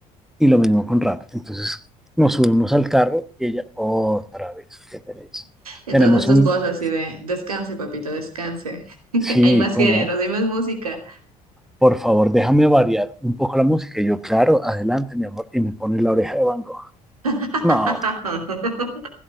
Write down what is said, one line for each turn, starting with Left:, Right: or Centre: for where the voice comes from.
Centre: Y lo mismo con rap. Entonces nos subimos al carro y ella otra vez, qué pereza.
Right: Entonces
Centre: Tenemos
Right: tu
Centre: un,
Right: esposa así de, descanse, papito, descanse. <laughs>
Centre: sí,
Right: Hay más
Centre: como,
Right: géneros, hay más música.
Centre: por favor, déjame variar un poco la música. Y yo, claro, adelante, mi amor. Y me pone la oreja de Van Gogh.
Right: <laughs>
Centre: No,